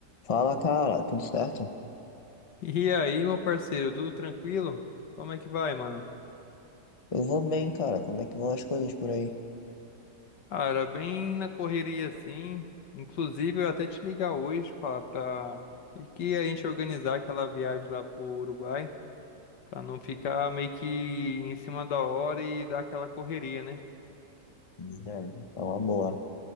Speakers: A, on the left; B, on the left.
A: Fala, cara, tudo certo?
B: E aí, meu parceiro, tudo tranquilo? Como é que vai, mano?
A: Eu vou bem, cara. Como é que vão as coisas por aí?
B: Cara, bem na correria assim. Inclusive, eu até te ligar hoje falar pra. E que a gente organizar aquela viagem lá pro Uruguai, pra não ficar meio que em cima da hora e dar aquela correria, né?
A: Verdade. É uma boa.